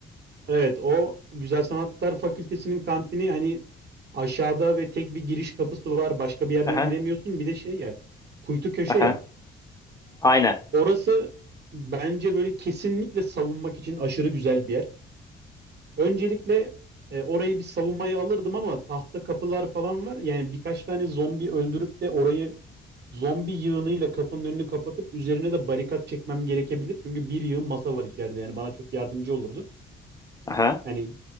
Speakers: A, on the right; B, on the left.
A: Evet, o Güzel Sanatlar Fakültesinin kantini hani aşağıda ve tek bir giriş kapısı var. Başka bir yerden
B: Aha,
A: giremiyorsun. Bir de şey ya, kuytu köşe
B: aha,
A: ya.
B: aynen.
A: Orası bence böyle kesinlikle savunmak için aşırı güzel bir yer. Öncelikle e, orayı bir savunmaya alırdım ama tahta kapılar falan var. Yani birkaç tane zombi öldürüp de orayı zombi yığınıyla kapının önünü kapatıp üzerine de barikat çekmem gerekebilir. Çünkü bir yığın masa var içeride yani bana çok yardımcı olurdu.
B: Aha.
A: Hani